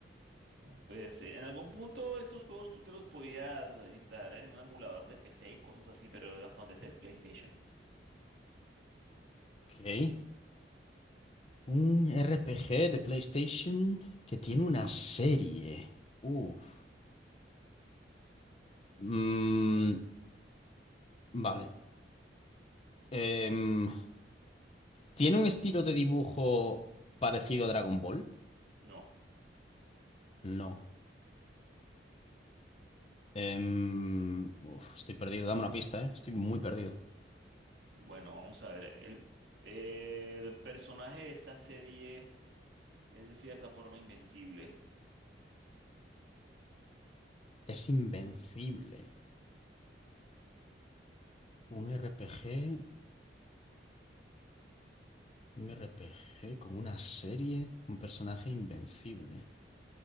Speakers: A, on the right (about 75°); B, on the left (about 35°).
A: Ah, Pues eh, en algún punto estos juegos tú te los podías instalar en un emulador de PC y cosas así, pero hasta donde sé es PlayStation.
B: Ok. Un RPG de PlayStation que tiene una serie. Uf. Mm, vale. Em, ¿Tiene un estilo de dibujo parecido a Dragon Ball?
A: No.
B: No. Em, uf, estoy perdido, dame una pista, ¿eh? Estoy muy perdido.
A: Bueno, vamos a ver. El, eh, el personaje de esta serie es de cierta forma invencible.
B: Es invencible. Un RPG, un RPG con una serie, un personaje invencible.